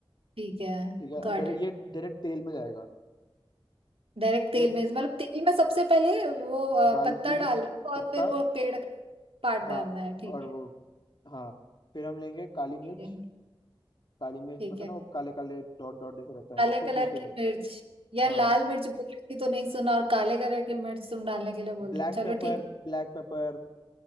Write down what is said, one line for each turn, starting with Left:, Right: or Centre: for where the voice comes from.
Right: ठीक है
Left: ठीक है और
Right: Got
Left: डायरेक्ट
Right: it
Left: ये डायरेक्ट तेल में जाएगा
Right: डायरेक्ट तेल
Left: फिर
Right: में मतलब तेल में सबसे पहले वो अ,
Left: दालचीनी
Right: पत्ता डालना
Left: अ,
Right: है
Left: पत्ता
Right: और फिर वो पेड़ का पार्ट
Left: हाँ
Right: डालना है ठीक
Left: और
Right: है
Left: वो हाँ फिर हम लेंगे काली मिर्च
Right: ठीक है
Left: काली मिर्च
Right: ठीक
Left: पता
Right: है
Left: ना वो काले काले डॉट डॉट जैसे रहता है
Right: काले
Left: उसको
Right: कलर
Left: कूटेंगे
Right: की मिर्च यार
Left: हाँ
Right: लाल
Left: उस
Right: मिर्च बोल रही थी तो नहीं सुना और काले कलर की मिर्च तुम डालने के लिए बोल
Left: ब्लैक
Right: रहे हो चलो
Left: पेपर
Right: ठीक
Left: ब्लैक पेपर